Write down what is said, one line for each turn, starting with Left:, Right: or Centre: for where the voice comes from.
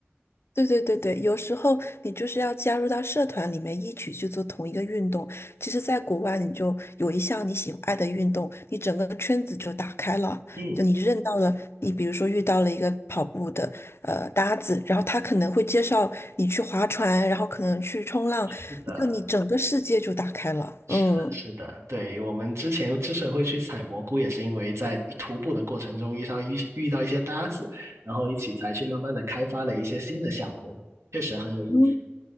Left: 对对对对，有时候你就是要加入到社团里面一起去做同一个运动。其实，在国外，你就有一项你喜爱的运动，你整个圈子就打开了。
Right: 嗯，
Left: 就你认到了，你比如说遇到了一个跑步的呃搭子，然后他可能会介绍你去划船，然后可能去冲浪，
Right: 是的。
Left: 就你整个世界就打开了。
Right: 是的，
Left: 嗯
Right: 是的，对，我们之前之所以会去采蘑菇，也是因为在徒步的过程中遇到遇遇到一些搭子，然后一起才去慢慢的开发了一些新的项目，确实很有意思。
Left: 嗯，